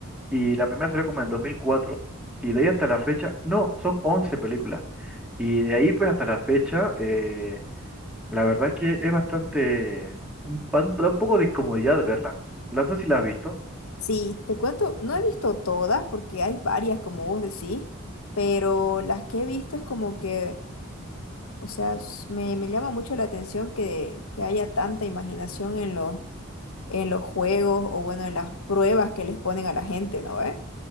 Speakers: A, in the centre; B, on the left.
A: y la primera salió como en el dos mil cuatro Y de ahí hasta la fecha, no, son once películas. Y de ahí pues hasta la fecha, eh, la verdad es que es bastante, un- da un poco de incomodidad verla. No sé si la has visto.
B: Sí, te cuento, no he visto todas porque hay varias, como vos decís, pero las que he visto es como que O sea, s- me, me llama mucho la atención que, que haya tanta imaginación en los, en los juegos o bueno, en las pruebas que les ponen a la gente, ¿no ve?